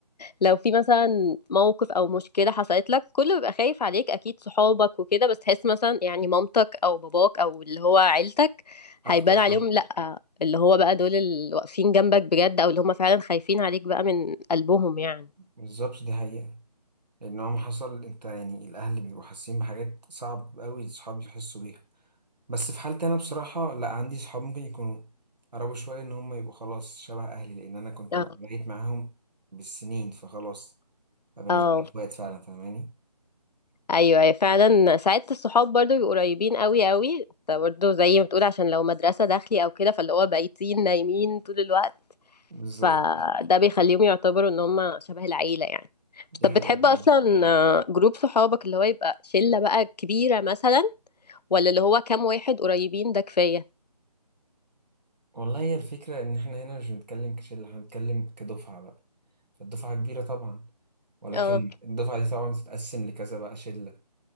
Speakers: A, on the left; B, on the right.
A: لو في مثلا موقف او مشكله حصلت لك كله بيبقى خايف عليك اكيد صحابك وكده بس تحس مثلا يعني مامتك او باباك او اللي هو عيلتك
B: اكتر
A: هيبان
B: طبعا
A: عليهم لا اللي هو بقى دول اللي واقفين جنبك بجد او اللي هم فعلا خايفين عليك بقى من قلبهم يعني
B: بالظبط دي حقيقه لان هو ما حصل انت يعني الاهل بيبقوا حاسين بحاجات صعب قوي الصحاب يحسوا بيها بس في حالتي انا بصراحه لا عندي صحاب ممكن يكونوا قربوا شويه ان هم يبقوا خلاص شبه اهلي لان انا كنت
A: اه
B: بقى- بقيت معاهم بالسنين فخلاص فبالنسبه
A: اه
B: لي اخوات فعلا فاهماني
A: ايوه أيوة، فعلا ساعات الصحاب برضو بيبقوا قريبين قوي قوي انت برضو زي ما بتقول عشان لو مدرسه داخلي او كده فاللي هو بايتين نايمين طول الوقت
B: بالظبط
A: فده بيخليهم يعتبروا ان هم شبه العيلة يعني
B: دي
A: طب
B: حقيقه
A: بتحب
B: فعلا
A: اصلا آه، جروب صحابك اللي هو يبقى شلة بقى كبيرة مثلا ولا اللي هو كام واحد قريبين ده كفاية
B: والله هي الفكره ان احنا هنا مش بنتكلم كشله احنا بنتكلم كدفعه بقى فالدفعه كبيره طبعا ولكن
A: اه
B: الدفعه دي طبعا بتتقسم لكذا بقى شله